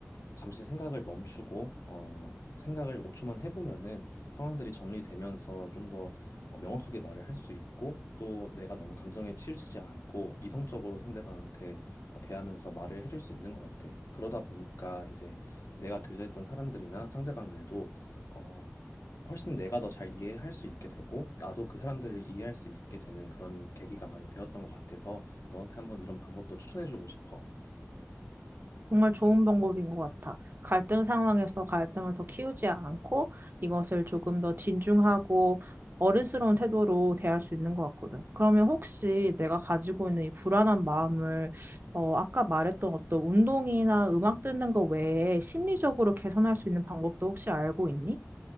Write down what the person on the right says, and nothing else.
정말 좋은 방법인 것 같아. 갈등 상황에서 갈등을 더 키우지 않고 이것을 조금 더 진중하고 어른스러운 태도로 대할 수 있는 것 같거든. 그러면 혹시 내가 가지고 있는 이 불안한 마음을 어, 아까 말했던 어떤 운동이나 음악 듣는 거 외에 심리적으로 개선할 수 있는 방법도 혹시 알고 있니?